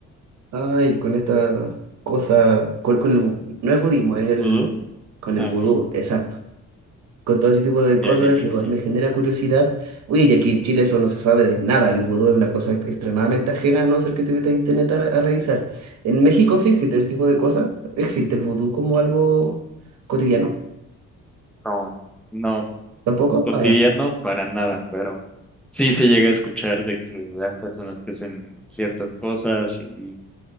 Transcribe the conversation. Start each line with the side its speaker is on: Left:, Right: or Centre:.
Right: ay, con esta cosa, con, con el, bu- no es budismo, es el,
Centre: ¿Vudú?
Right: con el
Centre: Ah,
Right: vudú,
Centre: ok.
Right: exacto. con todo ese tipo de cosas
Centre: Ya, ya, ya,
Right: que
Centre: ya,
Right: igual
Centre: ya.
Right: me genera curiosidad. Oye, y aquí en Chile eso no se sabe de nada, el vudú es una cosa extremadamente ajena, a no ser que te metas a internet a, re- a revisar. En México sí existe ese tipo de cosas, existe el vudú como algo cotidiano,
Centre: No, no
Right: tampoco,
Centre: cotidiano
Right: ah, ya.
Centre: para nada, pero sí se llega a escuchar de que las personas que hacen ciertas cosas y